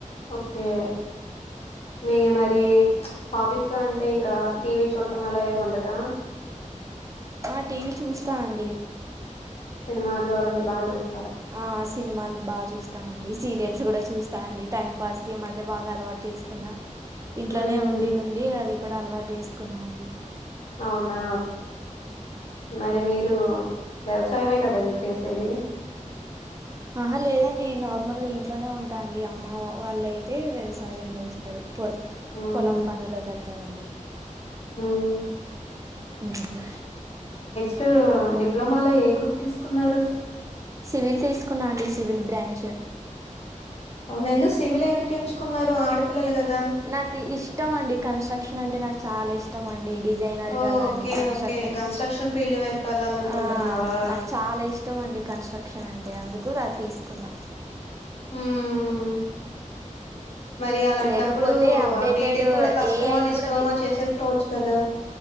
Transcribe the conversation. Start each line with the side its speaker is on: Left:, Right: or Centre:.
Left: ఓకే మీ మరి హాబీస్ అంటే ఇంకా టీవీ చూడటం అలా ఏమి ఉండదా.
Right: ఆ టీవీ చూస్తా అండి.
Left: సినిమాలు అవన్నీ బాచూస్
Right: ఆ సినిమాలు బాచూస్తాం అండి. సీరియల్స్ కూడా చూస్తా అండి టైం పాస్కి ఈ మధ్య బాగా అలవాటు చేసుకున్నా. ఇంట్లోనే
Left: హ్మ్
Right: ఉండి ఉండి అవి కూడా అలవాటు చేస్ కున్నా అండి.
Left: అవునా
Right: ఉమ్
Left: మరి మీరు వ్యవసాయమే కదండి చేసేది.
Right: ఆహా లేదండి నార్మల్ గా ఇంట్లోనే ఉంటాండి. అమ్మ వాళ్ళుయితే వ్యవసాయం చేస్తరు. పొల
Left: హ్మ్
Right: పొలం పనులకు వెళ్తారు అండి.
Left: ఉ
Right: ఉహు
Left: అటు డిప్లమాలో ఏ గ్రూప్ తీసుకున్నారు.
Right: సివిల్ తీసుకున్నా అండి సివిల్ బ్రాంచ్.
Left: అవునా ఎందుకు సివిల్ ఎందుకు ఎంచుకున్నారు ఆడపిల్లలు కదా
Right: నాకు ఇష్టం అండి కన్స్ట్రక్షన్ అంటే చాలా ఇష్టం అండి. డి జైనరు
Left: ఓ
Right: కదా
Left: okay
Right: అండి construction
Left: okay construction field వైపుకి వెళ్ళాలనుకుంటున్నావా
Right: ఆ నాకు చాలా ఇష్టం అండి కన్స్ట్రక్షన్ అంటే అందు కు తీసుకున్నా.
Left: హ్మ్ మరి అలాంటప్పుడు
Right: లేకపోతే అప్డేటెడ్
Left: ఆ బీటెక్ కూడా కష్టమో
Right: ఏఐ
Left: నిష్ఠూరమొ
Right: కూడా
Left: చేసేసుకోవచ్చు కదా